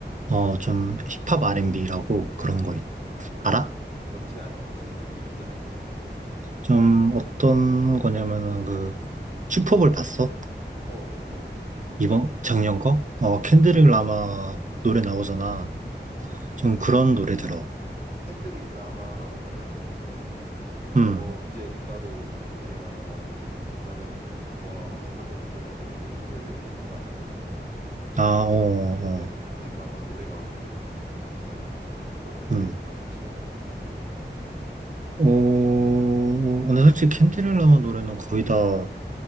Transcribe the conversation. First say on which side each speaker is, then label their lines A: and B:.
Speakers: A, on the right; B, on the right.
A: 어, 좀 힙합 R&B라고 그런 거 있-
B: 아,
A: 알아?
B: 뭔지 알, 무슨 느낌인지 알 것 같아.
A: 좀 어떤 거냐면은 그 슈퍼볼 봤어?
B: 어, 슈퍼볼 봤지?
A: 이번 작년
B: 응
A: 거? 어,
B: 응
A: 켄드릭 라마 노래 나오잖아.
B: 음.
A: 좀 그런 노래 들어.
B: 켄드릭 라마라고 하면
A: 음.
B: 어 이제 나도 캔드릭 라마를 나는 좋아하긴 하거든. 왜냐면 내가 외힙을 잠깐 빠진 적이 있었어.
A: 아, 어, 어.
B: 그럴 때 근데 캔드릭 라마 노래가 맥 많잖아. 어떤 노래가
A: 음.
B: 좀 칠한 것 같아?
A: 어, 근데 솔직히 캔디렐라마 노래는 거의 다